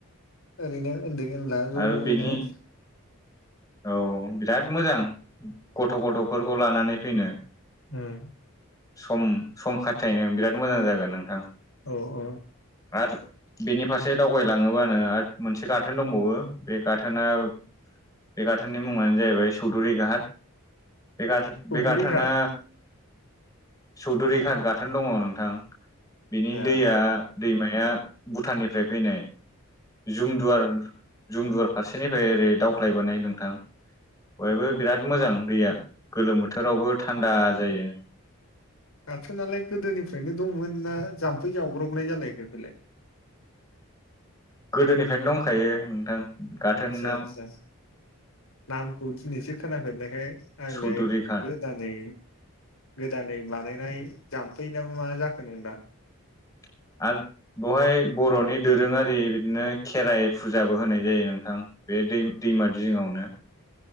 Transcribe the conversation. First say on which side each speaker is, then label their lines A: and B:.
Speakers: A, on the left; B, on the left.
A: ओरैनो उन्दै उनला ज'
B: आरो
A: बेवनो।
B: बेनि औ बिराद मोजां गथ' गथ'फोरखौ लानानै फैनो।
A: उम
B: सम सम खाथायनो बिराद मोजां जागोन नोंथां।
A: औ औ।
B: आरो बेनि फारसे दावगालाङोबानो आरो मोनसे गाथोन दंबावो बे गाथोनआ बे गाथोननि मुङानो जाहैबाय चौधुरि घाट। बे गाथोन
A: चौधुरि
B: बेगाथोना
A: घाट
B: चौधुरिघाट गाथोन दङ नोंथां बिनि
A: ए
B: दैया दैमाया भुटाननिफ्राय फैनाय। जुमदुवार जुमदुवार फारसेनिफ्राय ओरै दावख्लायबोनाय नोंथां। बयबो बिराद मोजां दैया गोलोम बोथोरावबो थान्दा जायो।
A: गाथोननालाय गोदोनिफ्रायनो दंमोन ना जाम्फै जावब्रबनाय जालायखो बेलाय?
B: गोदोनिफ्रायनो दंखायो नोंथां। गाथोनाव
A: आतसा आतसा। नामखौ दिनैसो खोनाफेरनायखाय आंलाय
B: चौधुरि घाट
A: गोदानै गोदानै बानायनाय जाम्फै ना मा जाखो नंदा।
B: <inaudible> आरो बवहाय बर'नि दोरोङारि बिदिनो खेराइ फुजाबो होनाय जायो नोंथां। बे दै दैमा जिङावनो।